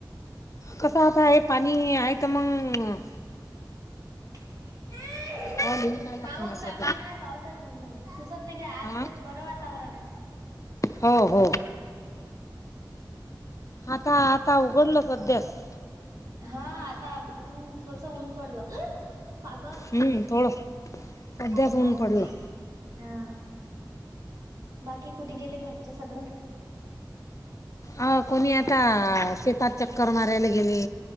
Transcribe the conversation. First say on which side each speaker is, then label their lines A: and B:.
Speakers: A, on the left; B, on the right.
A: कसं आता आहे, पाणी आहे त मग
B: <unintelligible> <inaudible>
A: कॉल येऊन राहिला
B: पाऊस
A: कोणाचा
B: चालू
A: तरी
B: आहे ना, पावसाात सुसत नाही काय, आज
A: हा
B: तरी बरं वातावरण आहे.
A: हो हो. आता, आता उघडलं <unintelligible>
B: हा आता ऊन थोडस ऊन पडलं. पागल...
A: हम्म थोडं सध्याच
B: हम्म
A: ऊन पडलं
B: हा... बाकी कुठे गेले घरचे सगळे?
A: अ कोणी आता शेतात चक्कर मारायला गेले.